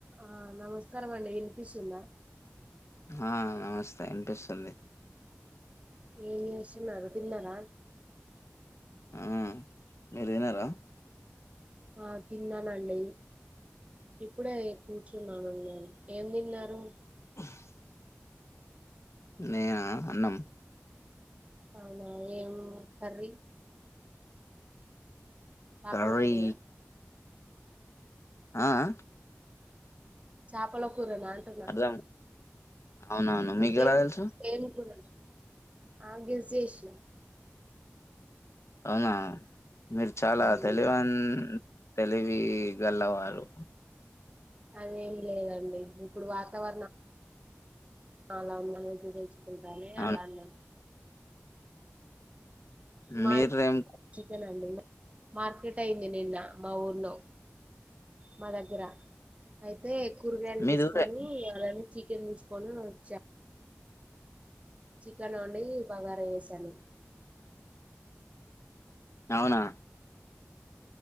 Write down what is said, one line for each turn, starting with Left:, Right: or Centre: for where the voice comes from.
Right: ఆ నమస్కారం అండి వినిపిస్తుంద
Left: ఆ నమస్తే అనిపిస్తుంది
Right: ఏం చేస్తున్నారు తిన్నారా
Left: ఆ మీరు తిన్నారా
Right: ఆ తిన్నానండి ఇప్పుడే కూర్చున్నాను నేను ఏం తిన్నారు
Left: వాటర్ సౌండ్ నీనా అన్నం
Right: అవునా ఏం కర్రీ చాపల
Left: కర్రీ
Right: కూర నా
Left: ఆ ఆ
Right: చాపల కూర అంటున్న
Left: అర్థం అవునవును మీకెలా
Right: ఏం
Left: తెలుసు
Right: ఏం కూర ఆ గెస్ చేసిన
Left: అవునా మీరు చాలా
Right: మ్మ్.
Left: తెలివని తెలివి తేల్లవారు
Right: అదేం లేదండి ఇప్పుడు వాతావరణం అలా ఉన్నానని తెచ్చుకుంటానని
Left: అవును
Right: అలా అన్నాను మాది
Left: మీరేం
Right: చికెన్ అండి మార్కెట్ అయింది నిన్న మా ఊర్లో మా దగ్గర అయితే కూరగాయలు
Left: మీది
Right: తీసుకొని
Left: ఊరే
Right: చికెన్ తీసుకొని వచ్చా చికెన్ వండి బగారా వేసాను
Left: అవునా